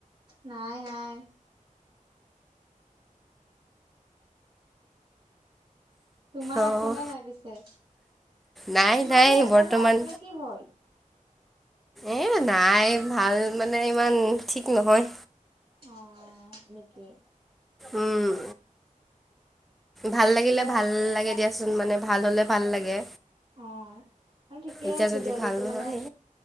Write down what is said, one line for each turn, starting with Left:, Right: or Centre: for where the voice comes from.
Right: নাই, নাই। তোমাৰ
Centre: অ'
Right: আছে নে নাই পিছে।
Centre: নাই
Right: তোমাৰ
Centre: নাই
Right: ই এটা
Centre: বৰ্তমান
Right: যে আছিলে কি হ'ল?
Centre: এ, নাই ভাল মানে ইমান ঠিক নহয়।
Right: অ, সেইটোৱে।
Centre: উম, ভাল
Right: ঠিকে
Centre: লাগিলে, ভাল
Right: আছে দিয়া
Centre: লাগে দিয়াচোন মানে। ভাল হলে, ভাল লাগে।
Right: অ, আৰু ঠিকেই
Centre: এতিয়া
Right: আছে। দিয়া
Centre: ভাল
Right: যদি
Centre: নহয়
Right: মানে
Centre: এ